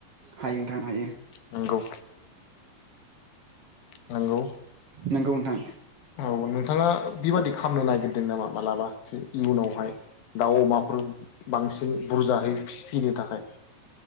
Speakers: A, on the right (about 50°); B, on the left (about 80°).
A: हायो नोंथां हायो।
B: नंगौ नंगौ।
A: नंगौ नोंथां।
B: औ नों थाङा बेबादि खालामनो नागिरदों नामा मालाबा इयुनावहाय दाउ अमाफोर बांसिन बुरजाहै फि-फिनो थाखाय?